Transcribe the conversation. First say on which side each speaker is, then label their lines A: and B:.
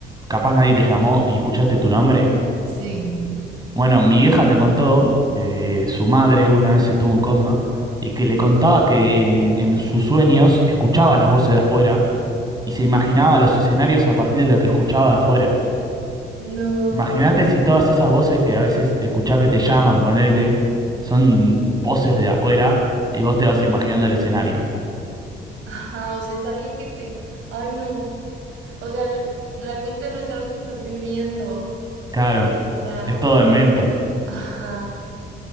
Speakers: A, on the right; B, on the right.
A: capaz nadie te llamó y escuchaste tu nombre.
B: Sí.
A: Bueno, mi vieja me contó que su madre una vez estuvo en coma y que le contaba que en, en sus sueños escuchaba las voces de afuera y se imaginaba los escenarios a partir de lo que escuchaba de afuera.
B: No.
A: Imagínate si todas esas voces que a veces te escuchás que te llaman, ponele, son voces de afuera y vos te vas imaginando el escenario.
B: Ajá, o sea, es alguien que te, ay, no. O sea, l- realmente no es algo que estás viviendo.
A: Claro,
B: O sea,
A: es todo invento.
B: Ajá,